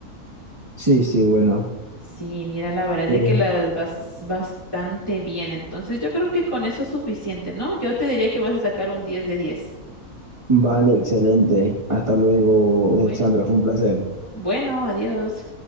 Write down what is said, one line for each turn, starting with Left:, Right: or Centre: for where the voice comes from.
Right: Sí, sí, bueno.
Left: Sí, mira, la verdad es
Right: Eh,
Left: de que las vas bastante bien. Entonces, yo creo que con eso es suficiente, ¿no? Yo te diría que vas a sacar un diez de 10.
Right: vale, excelente. Hasta luego, Alexandra.
Left: Bueno,
Right: Fue un placer.
Left: bueno, adiós.